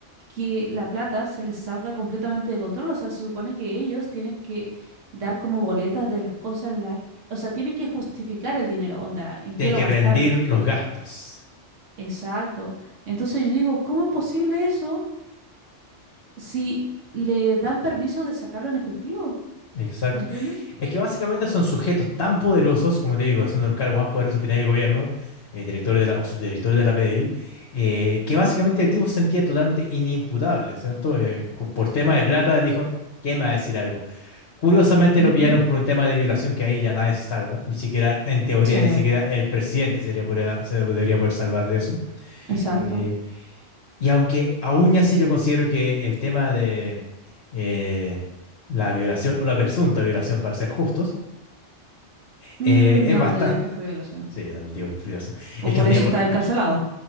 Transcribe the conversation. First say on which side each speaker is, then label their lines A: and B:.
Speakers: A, on the right (about 85°); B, on the left (about 60°).
A: que la plata se les salga completamente de control? O sea, se supone que ellos tienen que dar como boletas de las cosas en la... O sea, tienen que justificar el dinero, onda, en qué
B: Tiene
A: lo
B: que
A: gastaron.
B: rendir los gastos.
A: Exacto. Entonces yo digo, ¿cómo es posible eso si le dan permiso de sacarlo en efectivo?
B: Exacto.
A: ¿Me entiendes?
B: Es que básicamente son sujetos tan poderosos, como te digo, es uno de los cargos más poderosos que tiene el gobierno, eh, director de la, o subdirector de la PDI, eh,
A: Ujú,
B: que básicamente el tipo se sentía totalmente inimputable, ¿cierto? Eh, co- por tema
A: Exacto.
B: de plata dijo, ¿qué me va a decir algo? Curiosamente
A: Ujú.
B: lo pillaron por un tema de violación que ahí ya nadie se salva, ni siquiera, en teoría,
A: Sí,
B: ni siquiera el presidente sería, podría- se debería poder salvar de eso.
A: exacto.
B: Eh, y aunque aún así yo considero que el tema de eh, la violación o la presunta violación, para ser justos,
A: Mm,
B: eh, es
A: no,
B: bastante...
A: yo digo que fue violación. ¿no?
B: Sí, yo también digo que es violación.
A: Por,
B: Es que
A: por
B: no tiene
A: eso
B: por,
A: está encarcelado.
B: <laughs>